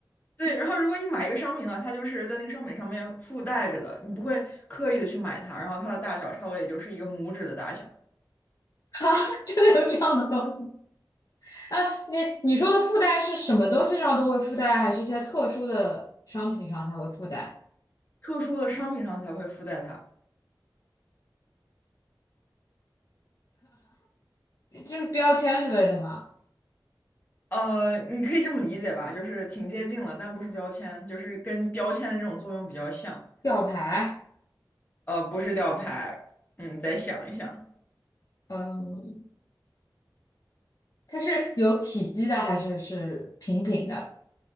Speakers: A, on the left; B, on the left.
A: 对，然后如果你买一个商品的话，它就是在那个商品上面附带着的，你不会刻意的去买它，然后它的大小差不多也就是一个拇指的大小，
B: <laughs> 啊，真的有这样的东西？啊，你你说的附带是什么东西上都会附带，还是一些特殊的商品上才会附带？
A: 特殊的商品上才会附带它。
B: 就是标签之类的吗？
A: 呃，你可以这么理解吧，就是挺接近了，但不是标签，就是跟标签的这种作用比较像。
B: 吊牌？
A: 呃，不是吊牌，嗯，再想一想，
B: 嗯、它是有体积的还是是平平的？